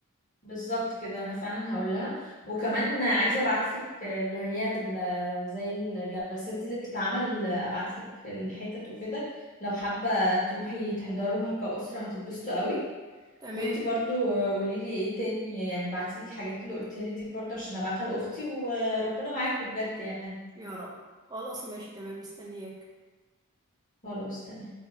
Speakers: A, on the left; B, on the right.
A: بالظبط كده انا فعلا هقول لها وكمان عايزه ابعت لك اللي هي ال- زي الجلسات دي اللي بتتعمل ابعت لك الحتت وكده لو حابه تروحي تحضروها كأسره هتتبسطوا قوي
B: تمام
A: وانتي برضو قولي لي ايه تاني يعني بعتي لي الحاجات اللي قلتها لي دي برضو عشان ابعتها لاختي وربنا معاكم بجد يعني
B: يا رب خلاص ماشي تمام مستنياك
A: خلاص تمام